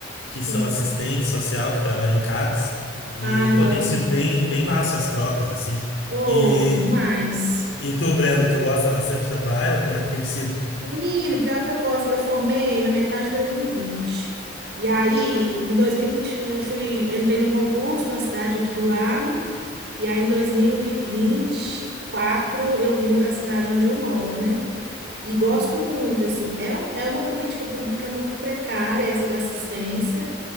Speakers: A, on the left (about 85°); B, on the right (about 55°).
A: que
B: Sim.
A: são assistente social, que trabalham em CAPS. E,
B: ah
A: pô,
B: adoro.
A: tem sido bem, bem massa as trocas, assim.
B: Oh,
A: E,
B: demais.
A: e tu, Brenda, tu gosta bastante da tua área? Como é que tem sido?
B: Menino, pior que eu gosto. Eu formei na metade de dois mil E vinte e aí, em 2021 eu fui, entrei num concurso numa cidade aqui do lado. E aí, em dois mil e e vinte e quatro eu vim para a cidade onde eu moro, né? E gosto muito, assim. É, um- é uma política pública muito precária, essa da assistência.